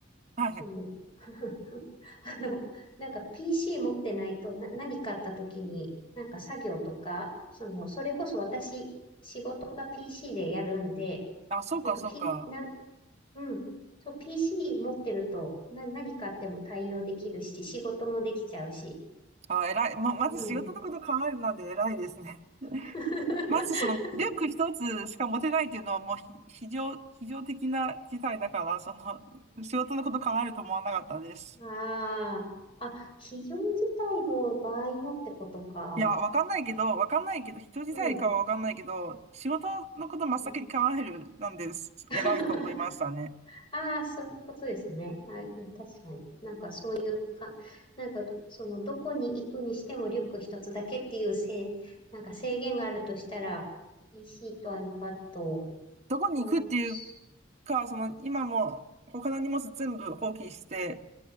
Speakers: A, on the right; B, on the left.
A: はい。
B: その、<laughs> あの、なんか PC 持ってないとな、何かあった時に、なんか作業とか、その、それこそ私、仕事が PC でやるんで、
A: あ、そうか、
B: なんか
A: そうか。
B: P、なん、うん、そう、PC 持ってると、な、何かあっても対応できるし、仕事もできちゃうし、
A: あ、偉い。ま、
B: なので、
A: まず仕事のこと考えるなんで偉いですね。
B: <laughs>
A: まずそのリュック一つしか持てないっていうのはもうひ非常、非常的な事態だから、その仕事のこと考えると思わなかったです。
B: ああ、あ、非常事態の場合のってことか。
A: いや、わかんないけど、わかんないけど、人自体かはわかんないけど、
B: うん。
A: 仕事のこと真っ先に考えるなんです。
B: うん <laughs>
A: 偉いと思いましたね。
B: ああ、そういうことですね。あ、いや、確かに。なんかそういうか、なんか、その、どこに行くにしてもリュック一つだけっていう制、なんか制限があるとしたら、PC と iPad、
A: どこに行くっていう
B: まあ、す
A: か、その今もう他の荷物全部放棄して、